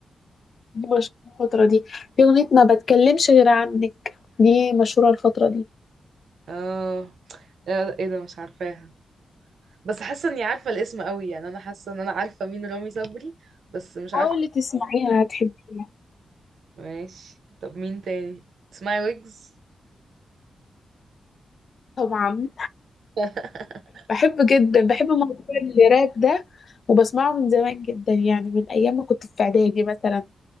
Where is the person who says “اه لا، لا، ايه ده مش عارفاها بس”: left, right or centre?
Right